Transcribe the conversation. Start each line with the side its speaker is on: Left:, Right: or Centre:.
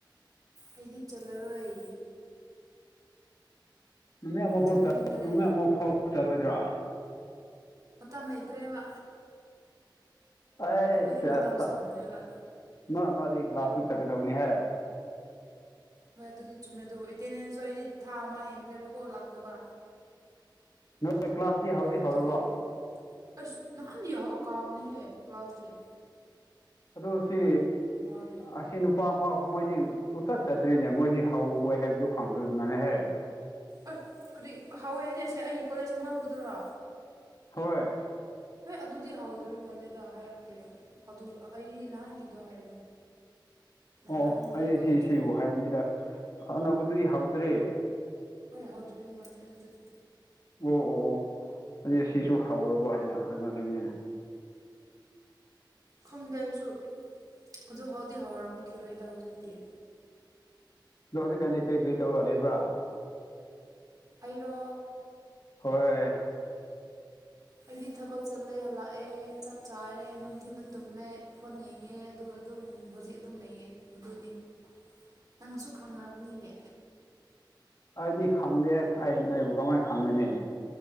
Right: ꯑꯩꯗꯤ ꯆꯠꯂꯔꯣꯏ
Left: ꯅꯨꯃꯤꯠ ꯑꯃ ꯐꯥꯎ
Right: ꯆꯠꯅꯤꯡꯗ꯭ꯔꯦ
Left: ꯅꯨꯃꯤꯠ ꯑꯃ ꯐꯥꯎ ꯆꯠꯂꯣꯏꯗ꯭ꯔꯥ
Right: ꯃꯇꯝ ꯂꯩꯇ꯭ꯔꯦꯕ
Left: ꯑꯩ
Right: ꯑꯩꯈꯣꯏꯗꯤ ꯃꯇꯝ
Left: ꯑ
Right: ꯁꯪꯗ꯭ꯔꯦꯕ
Left: ꯑ ꯅ ꯃꯥꯗꯤ ꯒ꯭ꯂꯥꯁꯁꯨ ꯆꯠꯒꯗꯕꯅꯤꯍꯦ
Right: ꯍꯣꯏ ꯑꯗꯨꯗꯤ ꯆꯨꯝꯃꯦ ꯑꯗꯨꯕꯨ ꯑꯦꯇꯦꯟꯗꯦꯟꯁꯁꯨ ꯑꯩꯗꯤ ꯊꯥ ꯑꯃ ꯌꯦꯡꯈ꯭ꯔꯦꯕꯀꯣ ꯂꯥꯛꯇꯕ
Left: ꯅꯣꯏ ꯀ꯭ꯂꯥꯁꯇꯤ ꯍꯧꯗꯤ
Right: ꯑꯗꯨꯒꯤ
Left: ꯍꯧꯔꯕꯣ
Right: ꯑꯁ ꯅꯍꯥꯗꯤꯌꯥ ꯑꯣ ꯀꯥꯕꯅꯦ ꯍꯥꯏꯦ ꯀ꯭ꯂꯥꯁ ꯗ
Left: ꯑꯗꯨ ꯁꯤ
Right: ꯋꯥꯅꯤ
Left: ꯑꯁꯤ ꯅꯨꯄꯥ ꯑꯃꯨꯝꯍꯣꯏꯗꯤ ꯁꯨꯊꯠ ꯆꯗ꯭ꯔꯤꯅꯦ ꯃꯣꯏꯁꯤ ꯍꯧꯋꯣꯏ ꯍꯥꯏꯕꯁꯨ ꯈꯪꯗꯕꯅꯅꯦꯍꯦ
Right: ꯑꯁ ꯀꯗꯤ ꯍꯥꯎꯋꯦ ꯍꯥꯏꯗꯤ ꯑꯁꯦ ꯑꯩ ꯀꯣꯂꯦꯖ ꯑꯅꯧꯕꯗꯨꯔꯣ
Left: ꯍꯣꯏ
Right: ꯍꯣꯏ ꯑꯗꯨꯗꯤ ꯍ ꯍꯧꯥꯎꯗꯣ ꯃꯥꯜꯂꯦꯗ ꯍꯥꯏꯔꯛꯇꯦ ꯑꯗꯨ ꯑꯩꯗꯤ ꯅꯍꯥꯟꯒꯤꯗꯣ ꯍꯥꯏꯕꯅꯦ ꯅꯍꯥꯟ
Left: ꯑꯣ ꯑꯣ
Right: ꯑꯍꯥꯟꯕꯒꯤ
Left: ꯑꯩ
Right: ꯀꯣꯂꯦꯖꯇꯣ
Left: ꯁꯤ ꯁꯤꯕꯨ ꯍꯥꯏꯕꯅꯤꯗ ꯑꯅꯧꯕꯗꯨꯗꯤ ꯍꯧꯗ꯭ꯔꯦ
Right: ꯍꯧꯗ꯭ꯔꯤꯕ ꯃꯥꯜꯂꯦ ꯑꯗꯨꯗꯤ
Left: ꯑꯣ ꯑꯣ ꯑꯣ ꯑꯗꯨꯗꯤ ꯑꯁꯤꯁꯨ ꯍꯧꯥꯎꯔꯕ ꯍꯥꯏꯅ ꯈꯟꯅꯗꯅꯤꯅꯦ
Right: ꯈꯪꯗ꯭ꯔꯁꯨ ꯑꯗꯨ ꯍꯥꯎꯗꯤꯤ ꯍꯧꯥꯎꯔꯝꯈꯤꯔꯣꯏꯗ ꯍꯧꯖꯤꯛꯇꯤ
Left: ꯑꯗꯣ ꯍꯧꯖꯤꯛꯀꯥꯟꯗꯤ ꯀꯔꯤ ꯀꯔꯤ ꯇꯧꯔꯛ ꯂꯩꯕ꯭ꯔꯥ
Right: ꯑꯔꯣ
Left: ꯍꯣꯏ
Right: ꯑꯩꯗꯤ ꯊꯕꯛ ꯆꯠꯂꯦ ꯍꯜꯂꯛꯑꯦ ꯆꯥꯛ ꯆꯥꯔꯦ ꯅꯨꯡꯊꯤꯗ ꯇꯨꯝꯃꯦ ꯐꯣꯟ ꯌꯦꯡꯉꯦ ꯑꯗꯨꯒ ꯑꯗꯨꯝ ꯍꯧꯖꯤꯛ ꯑꯗꯨꯝ ꯂꯩꯌꯦ ꯑꯗꯨꯗꯅꯤ ꯅꯪꯁꯨ ꯈꯪꯕꯅꯤꯅꯦ
Left: ꯑꯩꯗꯤ ꯈꯪꯗꯦ ꯑꯩ ꯅꯣꯏꯕꯨ ꯀꯃꯥꯏꯅ ꯈꯪꯒꯅꯤ